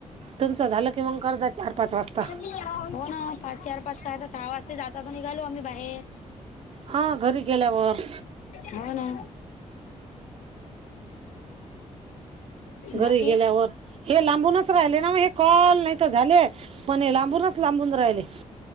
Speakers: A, on the right (about 50°); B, on the left (about 75°).
A: तुमचं झालं कि मग कर द चार पाच वाजता.
B: हो ना पाच चार पाच काय तर सहा वाजता जाताात निघालू आम्ही बाहेर
A: हा घरी गेल्यावर
B: हा ना
A: घरी
B: बाकी?
A: गेल्यावर हे लांबूनच राहिले ना म हे. ल नाही तर झाले पण हे लांबूनच लांबून राहिले.